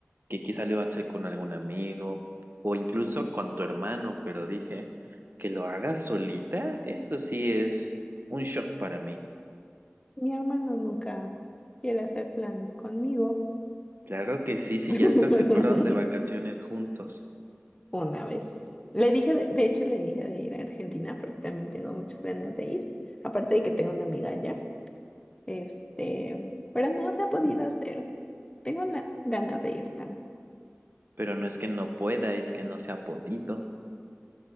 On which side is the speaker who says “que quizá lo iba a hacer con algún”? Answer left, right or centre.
Right